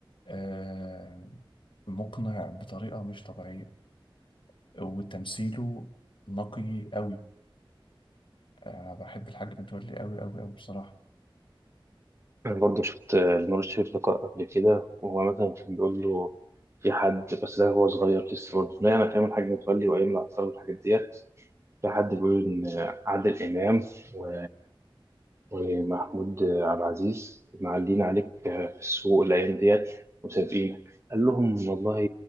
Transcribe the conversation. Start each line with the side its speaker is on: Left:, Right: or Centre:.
Left: آه مقنع بطريقة مش طبيعية وتمثيله نقي قوي أنا بحب الحاج متولي قوي قوي قوي بصراحة
Right: أنا برضه شفت آه، نور الشريف لقاء قبل كده وهو مثلا كان بيقول له في حد بس ده هو صغير لسه برضه نايم أيام الحاج متولي وأيام العطار والحاجات ديت في حد بيقول إن عادل إمام و ومحمود عبد العزيز معلين عليك في السوق الأيام ديت وسابقينك قال لهم والله